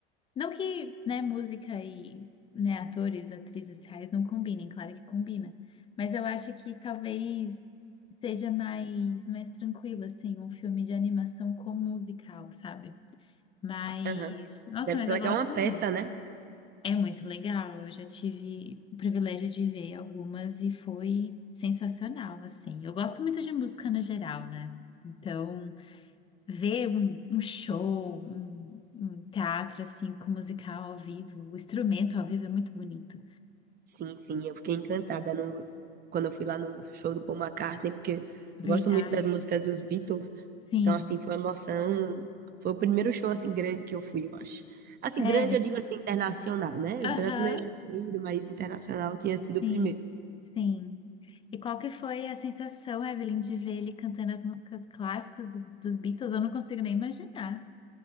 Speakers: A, on the left (about 20°); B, on the right (about 30°).
A: não que, né, música e, né, atores, atrizes reais não combinem, claro que combina. Mas eu acho que talvez seja mais, mais tranquilo, assim, um filme de animação com musical, sabe? Mas,
B: Aham.
A: nossa,
B: Deve
A: mas
B: ser
A: eu
B: legal
A: gosto
B: uma peça,
A: muito.
B: né?
A: É muito legal. Eu já tive o privilégio de ver algumas e foi sensacional, assim. Eu gosto muito de música no geral, né? Então, Ver um, um show, um, um teatro assim com musical ao vivo, o instrumento ao vivo é muito bonito.
B: Sim, sim, eu fiquei encantada no... quando eu fui lá no show do Paul McCartney, porque
A: Verdade.
B: eu gosto muito das músicas dos Beatles,
A: Sim.
B: então, assim, foi uma emoção. Foi o primeiro show, assim, grande que eu fui, eu acho. Assim,
A: Sério?
B: grande, eu digo assim, internacional, né?
A: Aham.
B: Brasileiro já tinha ido, mas internacional tinha sido
A: Sim.
B: o primeiro.
A: Sim. E qual que foi a sensação, Evelyn, de ver ele cantando as músicas clássicas do- dos Beatles? Eu não consigo nem imaginar.